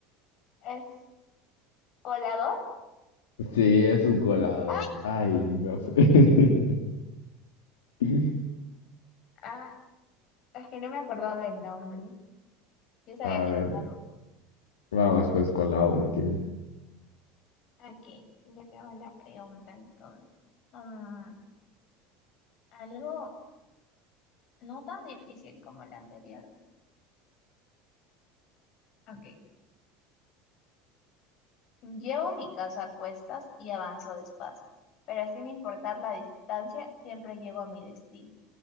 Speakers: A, on the left; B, on the left.
A: ¿es colador?
B: Sí, es un colador.
A: Ah,
B: Ay, no sé. <laughs>
A: ah, es que no me acordaba del nombre. Yo sabía
B: A
A: que
B: ver,
A: tenía 12, pero
B: vamos
A: hasta
B: pues con la última.
A: aquí. Yo te hago una pregunta entonces. Mm, algo no tan difícil como la anterior. Ok. Llevo mi casa a cuestas y avanzo despacio, pero sin importar la distancia, siempre llego a mi destino.